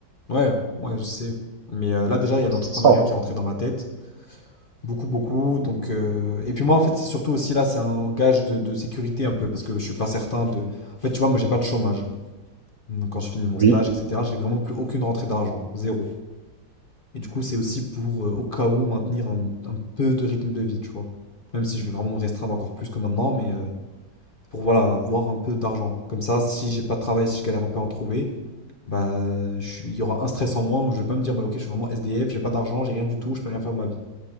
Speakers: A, on the left (about 45°); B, on the right (about 60°).
A: Ouais, ouais, je sais. Mais euh, là, déjà, il y a l'entrepreneuriat
B: C'est ça.
A: qui est rentré dans ma tête. Beaucoup, beaucoup. Donc, euh, Et puis moi, en fait, c'est surtout aussi là, c'est un gage de, de sécurité un peu, parce que je suis pas certain de. En fait, tu vois, moi, j'ai pas de chômage. Donc, quand je finis mon
B: Oui.
A: stage, etc., j'ai vraiment plus aucune rentrée d'argent. Zéro. Et du coup, c'est aussi pour, euh, au cas où, maintenir un, un peu de rythme de vie, tu vois. Même si je vais vraiment me restreindre encore plus que maintenant, mais euh, pour, voilà, avoir un peu d'argent. Comme ça, si j'ai pas de travail, si je galère un peu à en trouver, bah, je suis- il y aura un stress en moins où je vais pas me dire, bah, ok, je suis vraiment SDF, j'ai pas d'argent, j'ai rien du tout, je peux rien faire de ma vie.